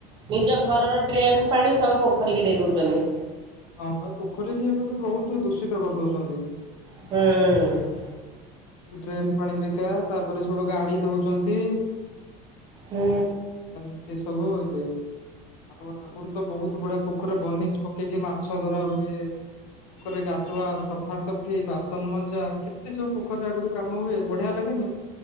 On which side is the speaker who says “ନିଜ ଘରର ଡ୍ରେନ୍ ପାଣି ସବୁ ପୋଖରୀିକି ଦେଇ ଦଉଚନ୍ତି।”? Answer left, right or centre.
Right